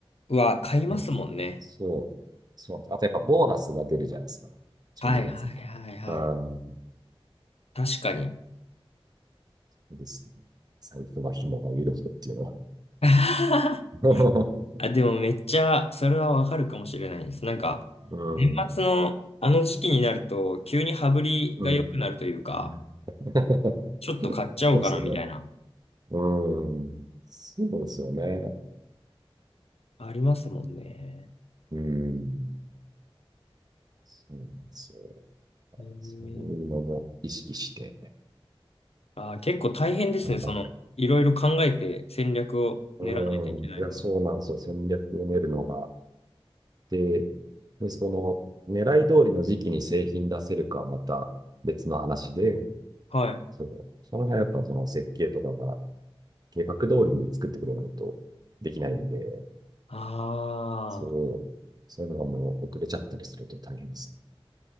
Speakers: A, on the left; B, on the right.
A: は買いますもんね。
B: ね、そう。そう。あとやっぱボーナスが出るじゃないですか。12月に
A: はいはいはいはい。
B: がつに。う
A: 確かに。
B: うですね。財布の紐が緩むっていうのは。
A: <laughs>
B: <laughs>
A: あ、でもめっちゃ、それはわかるかもしれないです。なんか、
B: うん、
A: 年末のあの時期になると、急に羽振りが良くなるというか、
B: うん。<laughs>
A: ちょっと買っちゃおうかなみたいな、
B: そうですよね。うん。そうですよね。
A: ありますもんね。
B: うん。そうなんですよ。
A: えー、
B: そういうのも意識して
A: あー、結構大変ですね。
B: 頑張る。
A: その、いろいろ考えて戦略を練らないといけないのが。
B: うーん、いや、そうなんですよ。戦略を練るのが。で、で、その、狙い通りの時期に製品出せるかはまた別の話で、
A: はい。
B: そう、その辺はやっぱその設計とかが計画通りに作ってくれないとできないんで、
A: ああ、
B: そう、そういうのがもう遅れちゃったりすると大変ですね。